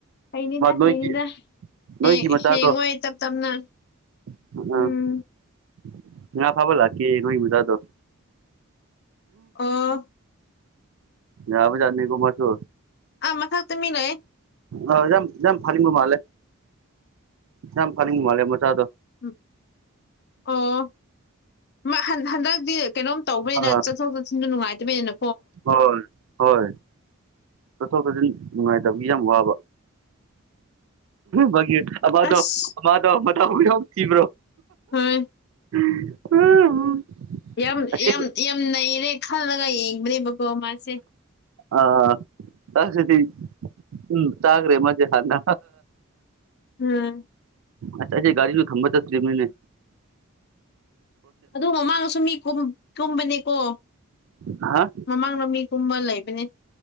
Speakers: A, on the left; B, on the right.
A: ꯍꯩꯅꯤꯗ
B: ꯅꯣꯏꯒꯤ
A: ꯍꯩꯅꯤꯗ
B: ꯅꯣꯏꯒꯤ
A: ꯍꯦ
B: ꯃꯆꯥꯗꯣ
A: ꯍꯌꯦꯡꯋꯥꯏ ꯇꯞ ꯇꯞꯅ
B: <unintelligible>
A: ꯎꯝ
B: ꯉꯥ ꯐꯕ ꯂꯥꯀꯦ ꯅꯣꯏ ꯍꯨꯗꯗꯣ
A: ꯑꯣ
B: ꯍꯥ ꯌꯥꯕꯖꯥꯠꯅꯤ ꯀꯣ ꯃꯥꯁꯨ
A: ꯑꯥ ꯃꯊꯛꯇꯥ ꯃꯤ ꯂꯩ
B: ꯑꯥ ꯌꯥꯝ ꯌꯥꯝ ꯐꯥꯅꯤꯡꯕ ꯃꯥꯂꯦ ꯌꯥꯝ ꯐꯥꯅꯤꯡꯕ ꯃꯥꯜꯂꯦ ꯃꯆꯥꯥꯗꯣ
A: ꯎꯝ ꯑꯣ ꯃꯥ ꯍꯟ ꯍꯟꯗꯛ ꯗꯤ ꯀꯩꯅꯣꯝ ꯇꯧꯕꯅꯤꯅ
B: ꯑꯥ
A: ꯆꯠꯊꯣꯛ ꯆꯠꯁꯤꯟꯁꯨ ꯅꯨꯡꯉꯥꯏꯇꯕꯅꯤꯅ
B: ꯍꯣꯏ ꯍꯣꯏ ꯆꯠꯊꯣꯛ ꯆꯠꯁꯤꯟ ꯅꯨꯡꯉꯥꯏꯇꯕꯒꯤ ꯌꯥꯝ ꯋꯥꯕ ꯕꯥꯒꯤ ꯑꯃꯗꯣ
A: ꯑꯁ
B: ꯑꯃꯗꯣ ꯃꯊꯥꯕꯨ ꯌꯥꯎ ꯊꯤꯕ꯭ꯔꯣ
A: ꯍꯣꯏ
B: <unintelligible>
A: ꯌꯥꯝ
B: ꯑꯁꯤ
A: ꯌꯥꯝ ꯌꯥꯝ ꯅꯩꯔꯦ ꯈꯜꯂꯒ ꯌꯦꯡꯕꯅꯦꯕꯀꯣ ꯃꯥꯁꯦ
B: ꯑꯥ ꯅꯁꯤꯗꯤ ꯎꯝ ꯆꯥꯒ꯭ꯔꯦ ꯃꯗꯤ ꯍꯥꯟꯅ
A: <unintelligible>
B: ꯑꯠꯆ ꯑꯩꯗꯤ ꯒꯥꯔꯤꯖꯨ ꯊꯝꯕ ꯆꯠꯇ꯭ꯔꯤꯃꯤꯅꯦ
A: ꯑꯗꯨ ꯃꯃꯥꯡꯗꯁꯨ ꯃꯤ ꯀꯨꯝ ꯀꯨꯝꯕꯅꯦꯀꯣ
B: ꯍꯥ
A: ꯃꯃꯥꯡꯗ ꯃꯤꯀꯝꯃꯥ ꯂꯩꯕꯅꯦ